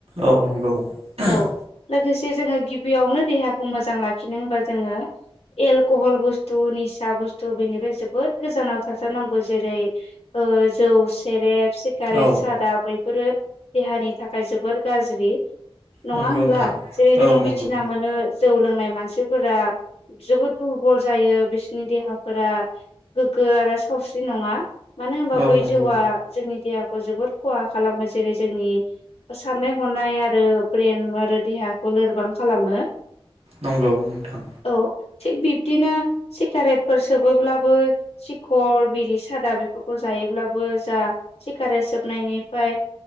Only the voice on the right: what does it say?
औ नंगौ <unintelligible>
औ
नंगौ
नोंथां
औ नंगौ
औ
नंगौ
नंगौ नोंथां।